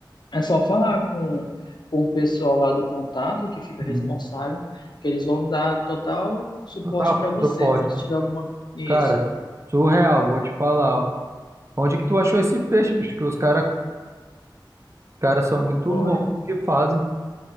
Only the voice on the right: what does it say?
hum.
Então tá,
proposta.
Cara, surreal, vou te falar. ó. Onde que tu achou esse peixe, bicho? Que os caras cara, cara são muito
bons no que fazem.